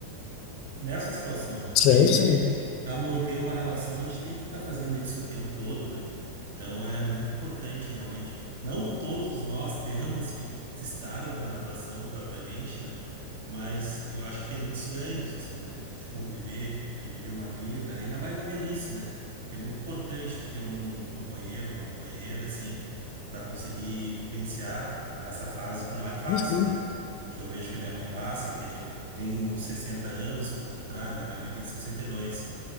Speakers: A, on the right; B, on the left.
A: nessa situação, né?
B: Sim,
A: Porque a gente,
B: sim.
A: para manter uma relação, a gente tem que estar fazendo isso o tempo todo, né? Então é muito importante realmente. Não que todos nós <laughs> temos que estar numa relação propriamente, né? Mas eu acho que tem muitos ganhos, assim, né? De conviver, dividir uma vida, ainda mais na velhice, né? É muito importante tu ter um companheiro, uma companheira, assim, para conseguir vivenciar essa fase que não é fácil,
B: Sim,
A: né? Que eu vejo que a minha mãe passa, acredito tenho 60 anos, como tu traz, né? Minha mãe tem 62.